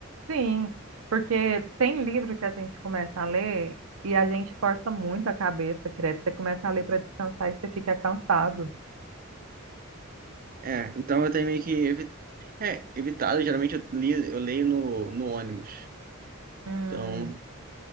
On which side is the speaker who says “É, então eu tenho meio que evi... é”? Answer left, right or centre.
Right